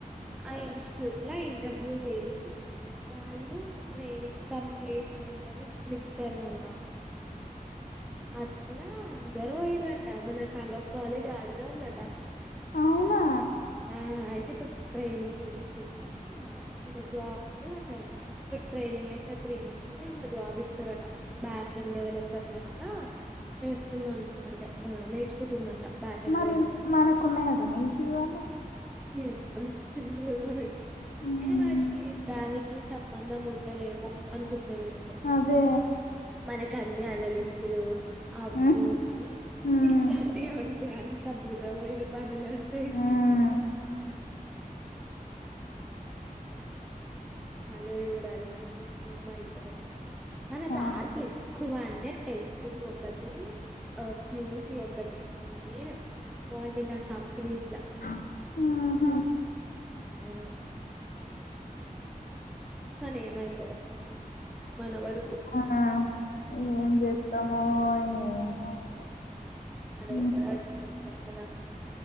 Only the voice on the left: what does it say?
అవునా
మరి
మనకున్నాయట ఈసి వాళ్ళు
హ్మ్
అదే
హ్మ్
హ్మ్
హ్మ్
ఆ
ఆ
అవునా ఏం చెస్తామో ఏమో
హ్మ్